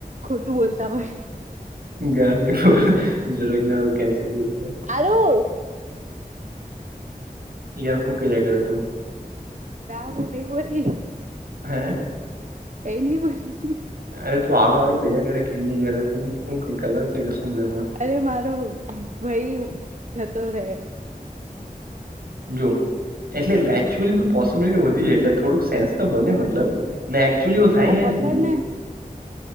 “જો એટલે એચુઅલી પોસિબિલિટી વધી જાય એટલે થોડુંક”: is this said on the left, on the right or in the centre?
Right